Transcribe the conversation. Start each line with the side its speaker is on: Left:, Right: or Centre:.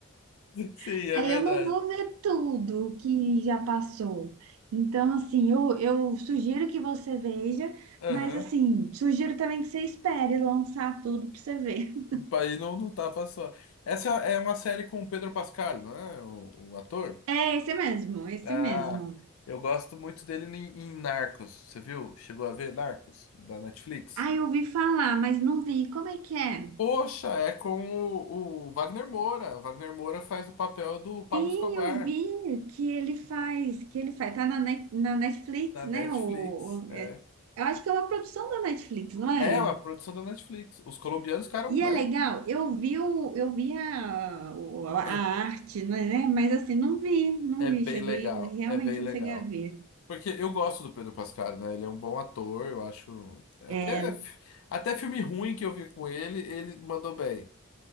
Left: Sim,
Right: <laughs>
Left: é
Right: aí
Left: verdade.
Right: eu não vou ver tudo que já passou. Então, assim, eu, eu sugiro que você veja,
Left: Aham.
Right: mas assim, sugiro também que você espere lançar tudo pra você ver. <laughs>
Left: Aí não, não tava só. Essa é é uma série com o Pedro Pascal, não é? O, o ator?
Right: É esse mesmo, esse
Left: Ah,
Right: mesmo.
Left: eu gosto muito dele em, em Narcos. Você viu? Chegou a ver Narcos da Netflix?
Right: Ah, eu ouvi falar, mas não vi. Como é que é?
Left: Poxa, é com o, o Wagner Moura. O Wagner Moura faz o papel do Pablo
Right: Sim,
Left: Escobar
Right: eu vi que ele faz, que ele faz. Tá na, Net- na Netflix,
Left: na
Right: né?
Left: Netflix.
Right: O, o-
Left: É,
Right: é- eu acho que é uma produção da Netflix, não é?
Left: é uma produção da Netflix. Os colombianos ficaram,
Right: E
Left: né?
Right: é legal. Eu vi, o, eu vi a, o- a
Left: É,
Right: arte, né? Mas assim, não vi, não
Left: é
Right: vi.
Left: bem
Right: Cheguei,
Left: legal.
Right: não- realmente
Left: É bem legal.
Right: não cheguei a ver.
Left: Porque eu gosto do Pedro Pascal, né? Ele é um bom ator, eu acho. Até,
Right: É.
Left: até filme ruim que eu vi com ele, ele mandou bem.